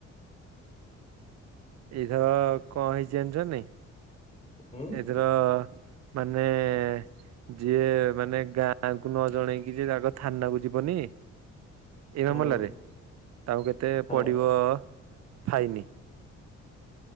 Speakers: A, on the right (about 60°); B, on the left (about 20°).
A: ଏଇଥରକ କଣ ହେଇଛି ଜାଣିଛୁନା ନାଇଁ
B: ହୁଁ
A: ଏଥରକ- ମାନେ! ଯିଏ ମାନେ ଗାଁକୁ ନ ଜଣେଇକି ଯିଏ ଆଗ ଥାନା କୁ ଯିବନି ଏ ମାମଲାରେ
B: ହୁଁ
A: ତାଙ୍କୁ କେତେ
B: ହଁ
A: ପଡିବ ଫାଇନି?